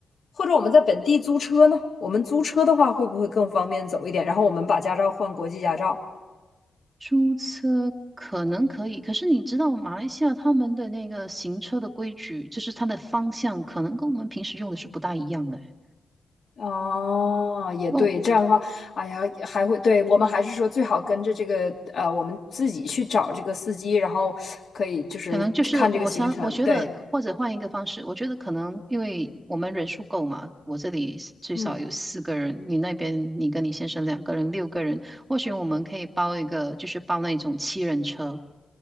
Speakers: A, on the left; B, on the right.
A: 或者我们在本地租车呢？我们租车的话，会不会更方便走一点？然后我们把驾照换国际驾照。
B: 租车可能可以，可是你知道马来西亚他们的那个行车的规矩，就是它的方向可能跟我们平时用的是不大一样的欸
A: 哦，也对，
B: 哦，
A: 这样的话，哎呀，还会，对，我们还是说最好跟着这个，呃，我们自己去找这个司机，然后可以就是看这个行程，
B: 可能就是我想，我觉得或者换一个方式，
A: 对，
B: 我觉得可能因为我们人数够嘛，我这里是最少有四个人，
A: 嗯。
B: 你那边你跟你先生两个人，六个人，或许我们可以包一个，就是包那种七人车。